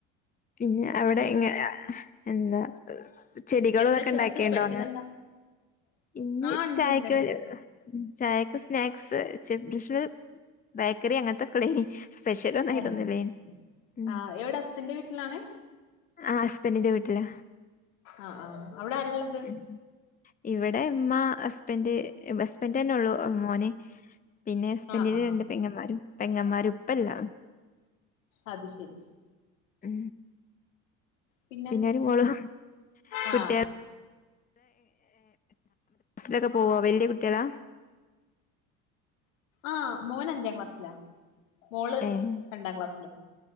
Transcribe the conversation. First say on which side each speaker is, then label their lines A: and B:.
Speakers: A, on the left; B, on the left.
A: പിന്നെ അവിടെ ഇങ്ങെ എന്താ ചെടികളും
B: എന്താ
A: ഇതൊക്കെ
B: ചായക്ക്
A: ഉണ്ടാക്കിയുണ്ടോ
B: സ്പെഷ്യൽ
A: അങ്ങനെ
B: എന്താ
A: ഇന്ന്
B: ആ ഇണ്ട്
A: ചായക്ക
B: ഇണ്ട്
A: ഉ ചായൊക്കെ സ്നാക്സ്ഷ ബേക്കറി അങ്ങനത്തെക്കെ ഉളനി സ്പെഷ്യൽ
B: ഇണ്ട്
A: ഒന്നായിട്ടൊന്ലെന് ഉ
B: ആ എവിടെ അസ്സിന്റെ വീട്ടിലാണ്
A: ആ് ഹസ്ബൻഡറിന്റെ വീട്ടില്
B: ആഹ ആഹ അവിടെ ആര ഉുള്ളത്
A: ഉ ഇവിടെ അമ്മ ഹസ്ബൻഡ് ഹസ്ബൻഡ് തന്നെ ഉള്ളു അ മോനെ പിന്നെ ഹസ്ബൻറിന്റെ
B: ആ ആ
A: രണ്ട് പെങ്ങമാരും പെങ്ങന്മാരും ഇപ്പൗ ഇല്ല
B: അത് ശരി
A: ഉ
B: പിന്നെ
A: പിന്നരു മോളം
B: ആ
A: കുട്ടിക ലൊക്കെ <inaudible> പോവാ വലിയ കുട്ടികളാ
B: ആഹ മോന് അഞ്ചാം ക്ലാസ്സിലാ മോള്
A: ഏഹ്
B: രണ്ടാം ക്ലാസ്സിലോ